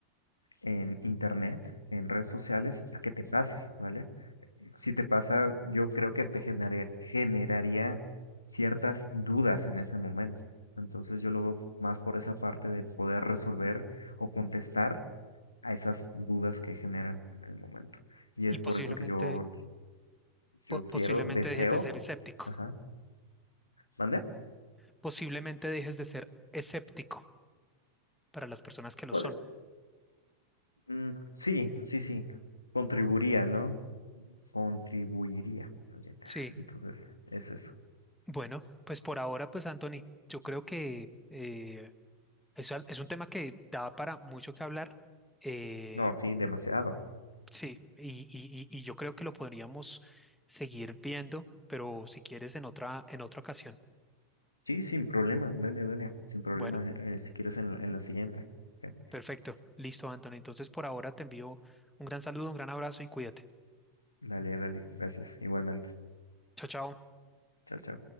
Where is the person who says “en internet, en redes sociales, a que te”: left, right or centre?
Left